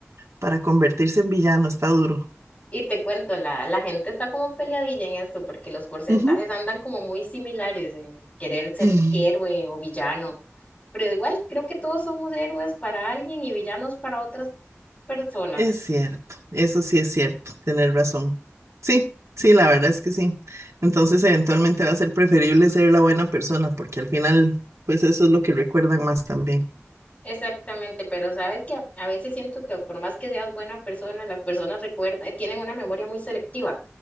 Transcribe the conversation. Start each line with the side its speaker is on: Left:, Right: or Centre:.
Right: para convertirse en villano. Está duro.
Left: Y te cuento, la, la gente está como peleadilla en esto porque los porcentajes
Right: Ujú.
Left: andan como muy similares en querer ser
Right: Mm,
Left: héroe o villano. Pero igual creo que todos somos héroes para alguien y villanos para otras personas.
Right: Es cierto, eso sí es cierto, tener razón. Sí, sí, la verdad es que sí. Entonces, eventualmente va a ser preferible ser la buena persona, porque al final, pues eso es lo que recuerdan más también.
Left: Exactamente, pero sabes que a veces siento que por más que seas buena persona, las personas recuerdan, tienen una memoria muy selectiva.